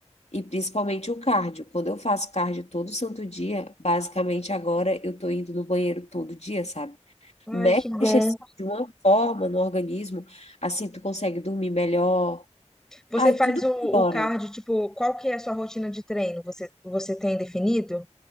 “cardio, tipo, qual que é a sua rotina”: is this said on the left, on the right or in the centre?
Centre